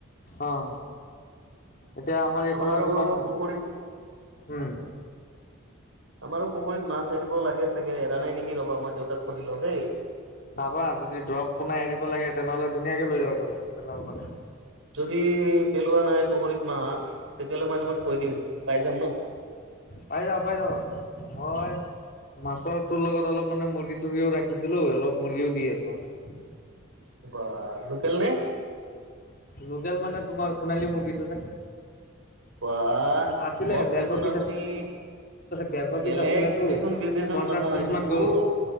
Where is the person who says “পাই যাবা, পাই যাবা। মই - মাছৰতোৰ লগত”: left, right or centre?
Left